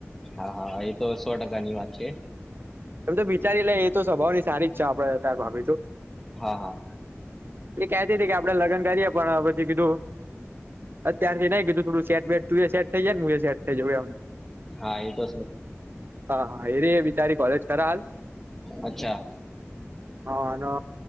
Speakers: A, in the centre; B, on the right.
A: હા હા એ તો સો ટકા ની વાત છે
B: એમ તો બિચારી લે એ તો સ્વભાવ ની સારી જ છે આપડે તાર ભાભી તોું
A: હા હા
B: એ કેતી હતી કે આપડે લગ્ન કરીએ પણ પછી કીધું અત્યારથી નહી કીધું થોડું સેટ વેટ તું સેટ થઈ હુ સેટ થઈ જવુ થઈ જવુ એમ
A: હા એ તો
B: હા હા એ ર એ બિચારી કોલેજ ખલ
A: અચ્છા
B: હ